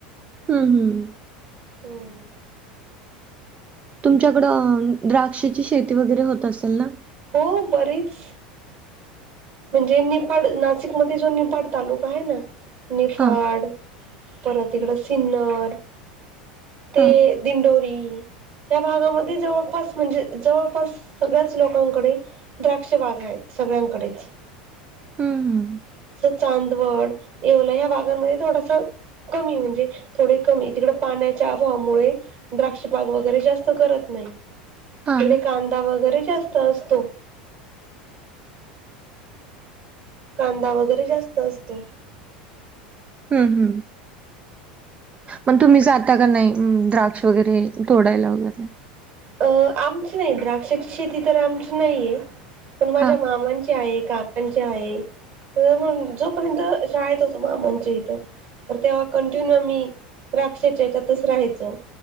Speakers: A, on the right; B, on the right.
A: हम्म, हम्म, हम्म.
B: हम्म.
A: तुमच्याकडं द्राक्षची शेती वगैरे होत असेल ना?
B: हो बरीच म्हणजे निफाड नाशिकमध्ये जो निफाड तालुका आहे ना, निफाड
A: हां,
B: परत तिकडं सिन्नर ते
A: हां.
B: दिंडो <unintelligible> या भागामध्ये जवळपास म्हणजे जवळपास सगळ्याच लोकांकडे द्राक्ष बागा आहेत सगळ्यांकडेच.
A: हम्म, हम्म, हम्म.
B: तसं चांदवड, येवला या भागांमध्ये थोडासा कमी म्हणजे थोडे कमी तिकडं पाण्याच्या अभावामुळे द्राक्षबाग वैगरे जास्त करत नाही.
A: हां
B: तिकडे
A: ना.
B: कांदा वैगरे जास्त असतो. कांदा वगैरे जास्त असतो.
A: हम्म, हम्म. मग तुम्ही जाता का नाही, अ द्राक्ष वगैरे तोडायला वगैरे?
B: अं आमची नाही द्राक्षाची शेती तर आमची नाही आहे, पण माझ्या
A: हां,
B: मामांची आहे काकांची आहे, तर जोपर्यंत शाळेत होतो मामाच्या इथं तर तेव्हा कंटिन्यू आम्ही द्राक्षच्या याच्यातच राहायचो.